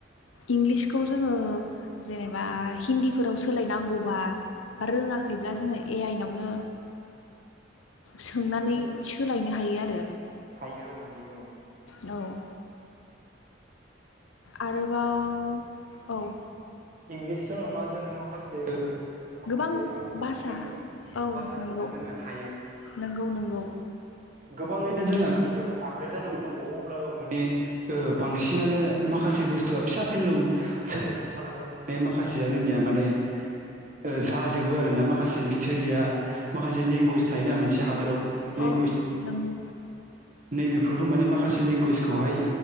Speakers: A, on the left; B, on the right.
A: इंलिसखौ जोङो जेनेबा हिन्दिफोराव सोलाय नांगौबा। बा रोङाखैब्ला जोङो ए आइ नावनो
B: <inaudible>
A: सोंनानै
B: औ
A: सोलायनो हायो आरो।
B: हायो औ हायो औ
A: औ आरोबाव औ
B: इंलिस' नङा जोङो माखासे ओ माखासे
A: गोबां
B: आउट
A: भाषा
B: कान्ट्रिनि
A: औ
B: भासाखौबो
A: नंगौ
B: जोङो हायो।
A: नंगौ नंगौ
B: गोबाङैनो जों माने ओ आप ग्रेद जानांगौ दंबावो अब्लाबो माने ओ बांसिनानो माखासे बुथुआ फिसा फेनलौ सोदोब थालांबाबो माने माखासेया जोंनिया माने ओ जाजोबो आरो ना। माखासे बिथोरिया माखासे लेंगुवेज थायोना मोनसे हादरावबो गोबां लें
A: औ नोंगौ।
B: नैबेफोरखौ माने माखासे लेंगुयेज खौहाय